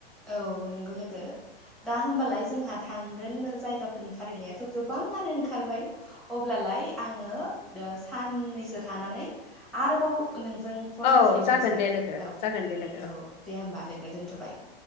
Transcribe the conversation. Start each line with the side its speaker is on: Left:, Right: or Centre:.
Centre: औ नोंगौ लोगो। दा होमबालाय जोंहा थांगोन जायगाफोरनि फारिलाइाथ' गोबाङानो ओंखारबाय। अब्लालाय आङो ओ साननैसो थानानै आरोबाव नोंजों फन
Left: औ
Centre: रायज्लायफिनसै
Left: जागोन दे लोगो
Centre: औ
Left: जागोन दे लोगो
Centre: औ दे होमबा लोगो दोन्थ'बाय।